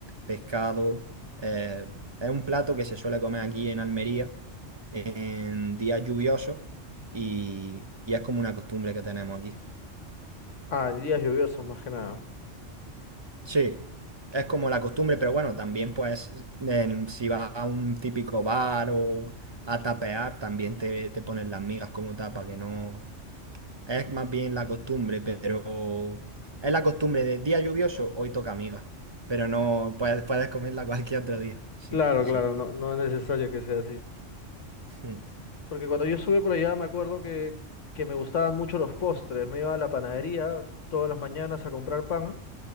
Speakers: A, on the right (about 30°); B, on the left (about 75°).
A: pescado. Eh, es un plato que se suele comer aquí en Almería en días lluviosos y, y es como una costumbre que tenemos aquí.
B: Ah, en días lluviosos más que nada.
A: Sí, es como la costumbre, pero bueno, también pues en- si vas a un típico bar o a tapear, también te, te ponen las migas como tapa, que no, Es más bien la costumbre, pero es la costumbre de día lluvioso, hoy toca amiga. Pero no puedes, puedes comerla <laughs> cualquier otro día. Sí,
B: Claro,
A: exacto.
B: claro, no, no es necesario que sea así.
A: <laughs>
B: Porque cuando yo estuve por allá me acuerdo que, que me gustaban mucho los postres. Me iba a la panadería todas las mañanas a comprar pan.